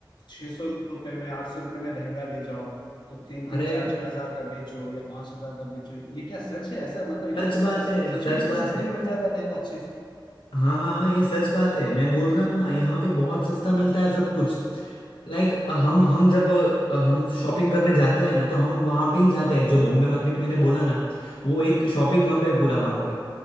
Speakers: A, on the left; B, on the left.
A: छह सौ रुपए में आठ सौ रुपए में लहंगा ले जाओ तो तीन तीन
B: अरे
A: चार चार हजार का बेचो या पांच हजार का बेचो ये क्या सच है ऐसा मतलब इतनी
B: सच
A: सस,
B: बात है
A: सच
B: सच
A: में इतने
B: बात
A: सस्ते
B: है
A: में मिल जाता है लहंगा अच्छे से
B: हाँ हाँ हाँ ये सच बात है मैं बोल रहा हूँ ना यहाँ पे बहुत सस्ता मिलता है सब कुछ लाइक हम हम जब अ, हम शॉपिंग करने जाते हैं ना तो हम वहाँ पे ही जाते हैं जो बॉम्बे मार्केट मैंने बोला ना वो एक शॉपिंग हब है पूरा वहाँ
A: हाँ
B: पे